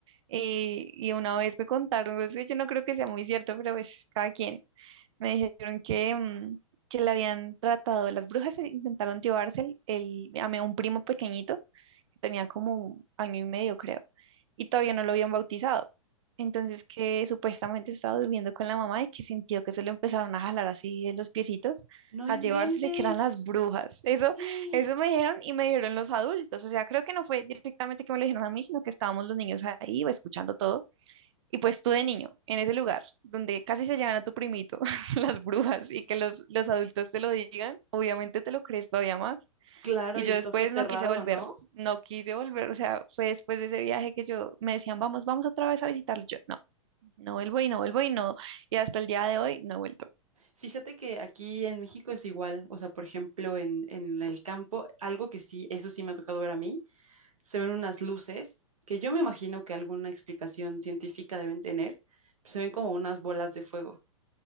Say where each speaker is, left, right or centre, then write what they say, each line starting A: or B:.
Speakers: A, on the right; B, on the right.
A: Eh, y una vez me contaron, o sea, yo no creo que sea muy cierto, pero es cada quien me dijeron que, mm, que la habían tratado, las brujas e intentaron llevarse el, el- a mi- un primo pequeñito, que tenía como un año y medio, creo, y todavía no lo habían bautizado. Entonces que supuestamente estaba durmiendo con la mamá y que sintió que se lo empezaron a jalar así de los piecitos,
B: No
A: a
B: inventes.
A: llevárselo y que eran las brujas. Eso,
B: <gasps>
A: eso me dijeron y me dijeron los adultos. O sea, creo que no fue directamente que me lo dijeron a mí, sino que estábamos los niños ahí escuchando todo y pues tú de niño, en ese lugar donde casi se llevan a tu primito <laughs> las brujas y que los, los adultos te lo digan, obviamente te lo crees todavía más.
B: Claro,
A: Y
B: y
A: yo
B: estás
A: después
B: aterrado,
A: no quise volver,
B: ¿no?
A: no quise volver, o sea, fue después de ese viaje que yo me decían, vamos, vamos otra vez a visitarlo. Yo no, no vuelvo y no vuelvo y no. Y hasta el día de hoy no he vuelto.
B: Fíjate que aquí en México es igual, o sea, por ejemplo, en, en el campo, algo que sí, eso sí me ha tocado ver a mí, se ven unas luces que yo me imagino que alguna explicación científica deben tener, pues se ven como unas bolas de fuego.